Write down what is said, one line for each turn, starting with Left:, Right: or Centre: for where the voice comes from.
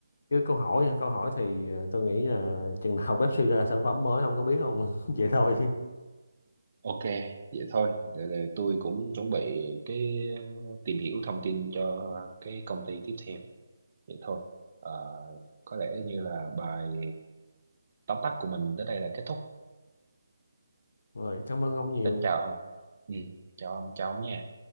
Left: Với câu hỏi hả? câu hỏi thì ờ, tôi nghĩ là chừng nào Pepsi suy ra sản phẩm mới ông có biết không <laughs> vậy thôi chứ
Right: Ok, vậy thôi. Để, để tôi cũng chuẩn bị cái tìm hiểu thông tin cho cái công ty tiếp theo. Vậy thôi. Ờ, có lẽ như là bài tóm tắt của mình tới đây là kết thúc.
Left: rồi cảm ơn ông nhiều
Right: Chào ông. Ừ, chào ông, chào ông nha.